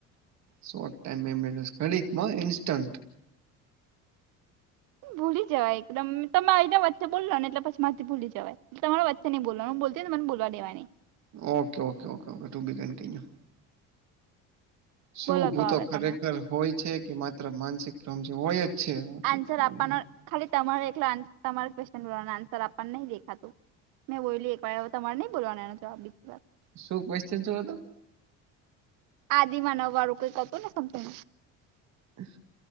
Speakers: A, on the right; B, on the right.
A: શોટ ટાઈમ મે, ખડી માં ઇન્સ્ટન્ટ.
B: ભૂલી જવાય એકદમ. તમે એના વચ્ચે બોલો ને, એટલે પછી માંથી ભૂલી જવાય. તમારે વચ્ચે નઈ બોલવાનું, હું બોલતી હોય ને મને બોલવા દેવાની.
A: Okay, okay, okay, okay. To be continue. શું
B: બોલો
A: ભૂતો
B: તો હવે
A: ખરેખર
B: તમે
A: હોય છે કે માત્ર માનસિક ક્રમ જે હોય જ? છે
B: આન્સર આપવાનો ખાલી તમારો તમા ક્વેશ્ન આન્સર આપવાનું નહી દેખાતું. મેં બોઈલી એક વાર આવે તમારે નઈ બોલવાના એનો જવાબ લીધી વાત.
A: શું ક્વેશ્ચન શું હતું?
B: આદિમાનવ વાળું કંઈક હતું ને તમને?
A: હ.